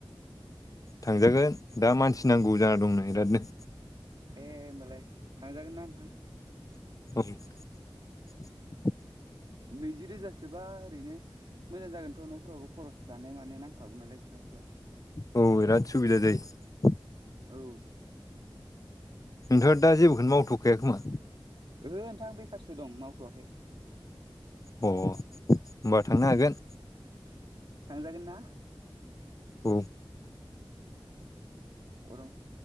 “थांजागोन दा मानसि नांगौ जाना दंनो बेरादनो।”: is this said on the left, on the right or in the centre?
Left